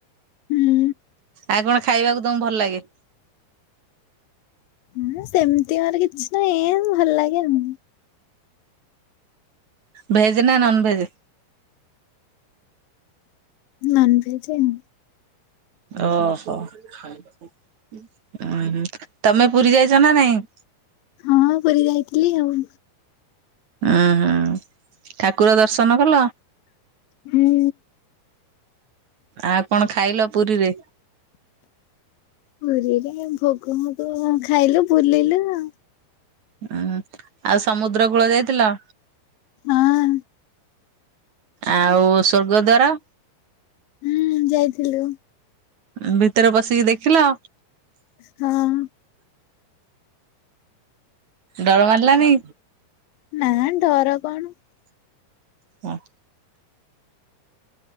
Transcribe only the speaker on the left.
ହୁଁ
ହଁ ସେମିତି ମାନେ କିଛି ନାହିଁ। ଏମ ଭଲ ଲାଗେ ଆଉ।
ନନଭେଜ ଉଁ।
ହଁ ପୁରି ଯାଇଥିଲି ଆଉ।
ହୁଁ
ପୁରିରେ ଭୋଗ ମୋଗ କଣ ଖାଇଲୁ ବୁଲିଲୁ ଆଉ।
ହଁଅ।
ହୁଁ ଯାଇଥିଲୁ।
ହଁ।
ନାଁ ଡର କଣ?